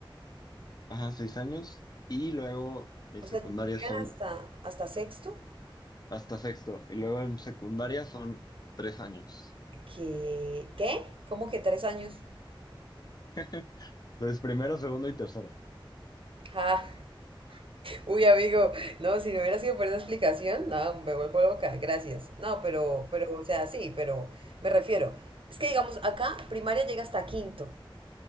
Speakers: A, on the left; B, on the right.
A: ajá, seis años, y luego en
B: O
A: secundaria
B: sea, llegan
A: son
B: hasta, hasta sexto.
A: hasta sexto, y luego en secundaria son tres años.
B: ¿Qué? ¿Qué? ¿Cómo que tres años?
A: <laughs> Entonces, primero, segundo y tercero.
B: Ah, uy, amigo. No, si no hubiera sido por esa explicación, no, me vuelvo loca. Gracias. No, pero, pero, o sea, sí, pero me refiero. Es que digamos, acá primaria llega hasta quinto.